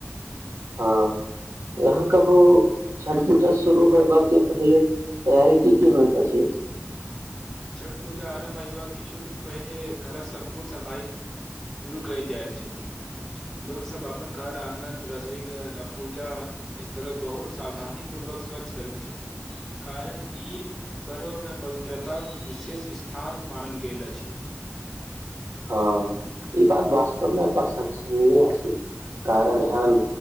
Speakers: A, on the right; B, in the centre.
A: हाँ यहाँ कहू छठ पूजा शुरू होयबा के पहिले तैयारी की-की होएत अछि।
B: छठ पूजा आरम्भ होयबाक किछु दिन पहिने घर सम्पूर्ण सफाई शुरू कयल जाय छथि, लोक सब अपन घर, आँगन, रसोई घर आ पूजा स्थलक बहुत सावधानी पूर्वक स्वच्छ करैत छथि, कारण ई पर्व मे पवित्रताक विशेष स्थान मानल गेल अछि।
A: हँ ई बात वास्तव मे प्रशंसनीय अछि, कारण एहन